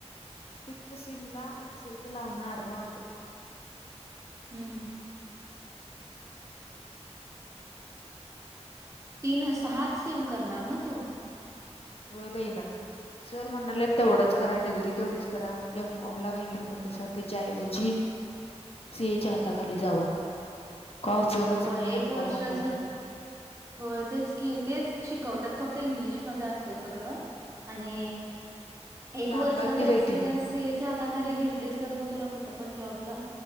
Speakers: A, on the left; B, on the right.
A: सिक्स्थ सीम ला एक्सेलच लावणार मग
B: हम्म. तीन अं सहा च सिम करणार ना तू?
A: होय बई ना. सर म्हणाल्यात तेवढंच करा. डिग्री तेवढीच करा एम. कॉम ला काय घिऊ नकासा तेज्या ऐवजी सी ए च्या हाताखाली जावा. का उपयोगाचं
B: होय
A: नाही
B: एक
A: एम
B: वर्षाच,
A: कॉम म्हणाल तर
B: होय तेच की तेच शिकवत्यात फक्त ते इंग्लिशमध्ये असतय सगळं आणि एक
A: सांगाल
B: वर्षाचा
A: ती बाई
B: एक्सपिरियन्स
A: ती
B: सी ए च्या हाताखाली घेतलीस तर म तुला कुठ पण जॉबला